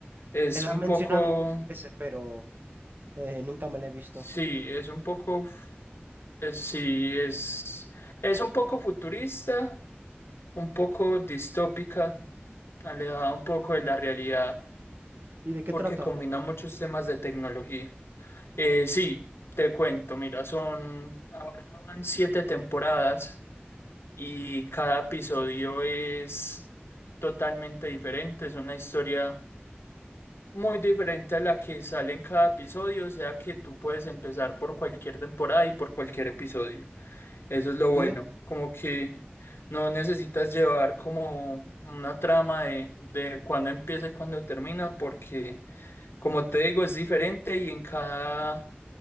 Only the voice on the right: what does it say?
Me la
han mencionado
muchas veces, pero eh, nunca me la he visto.
¿Y de qué
trata?
Sí,